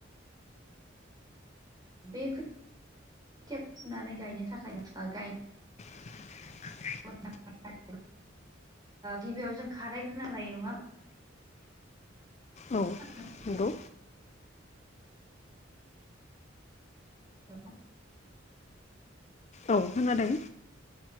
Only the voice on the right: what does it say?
बे खोथियाखौ फुनानै गायनो थाखाय गाय
<unintelligible> गिबियाव जों खारायग्रोना लायो नङा <unintelligible>
हेल'